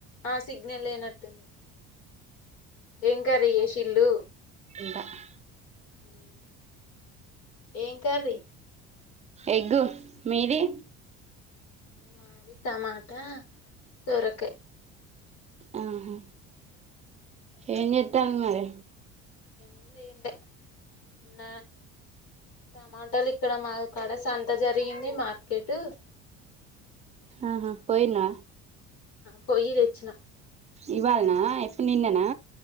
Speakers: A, on the left; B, on the right.
A: ఆ సిగ్నల్ లేనట్టుంది ఏం కర్రీ చేసిల్లు
B: ఇంద <unintelligible>
A: ఉమ్ ఏం కర్రీ
B: ఎగు మీది
A: మాది టమాట సొరకాయ్
B: ఆహా ఏం జేతన్ మరే
A: ఏం లే నిన్న టమాటాలు ఇక్కడ మా కడ సంత జరిగింది మార్కెటు
B: ఆహా పోయినా
A: పొయి దేచ్చిన
B: ఇవల్ నా ఎప్పు నిన్ననా